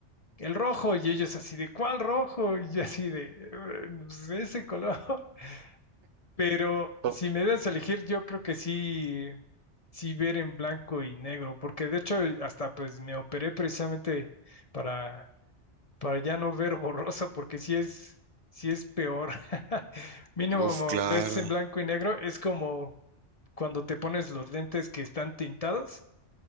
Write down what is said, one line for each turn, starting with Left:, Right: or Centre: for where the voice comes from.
Left: el rojo, y ellos así de, ¿cuál rojo? Y yo así de, "Eh, pues ese color. <laughs> Pero
Right: Oh,
Left: si me das a elegir, yo creo que sí, sí ver en blanco y negro, porque de hecho hasta pues me operé precisamente para, para ya no ver borroso, porque sí es, sí es peor. <laughs> Mínimo
Right: Uf, claro.
Left: ves en blanco y negro, es como cuando te pones los lentes que están tintados,